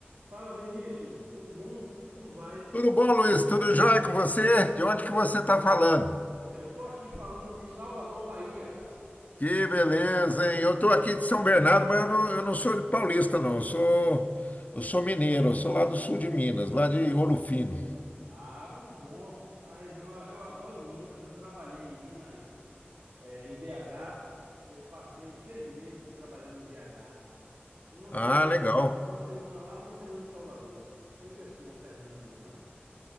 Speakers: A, on the right (about 70°); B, on the left (about 40°).
A: Fala Vinícius, tudo bom? Como vai?
B: Tudo bom, Luiz? Tudo jóia com você? De onde que você está falando?
A: Eu tô aqui falando de Salvador, Bahia.
B: Que beleza, hein? Eu estou aqui de São Bernardo, mas eu não, eu não sou de paulista, não. Eu sou, eu sou mineiro, eu sou lá do sul de Minas, lá de Ouro Fino.
A: Ah, muito bom. A região, eu adoro Minas, eu trabalhei em Minas, eh, em BH. Eu passei seis meses trabalhando em BH. Uma semana,
B: Ah, legal.
A: uma semana lá, uma semana em Salvador. Sempre assim, alternando, né?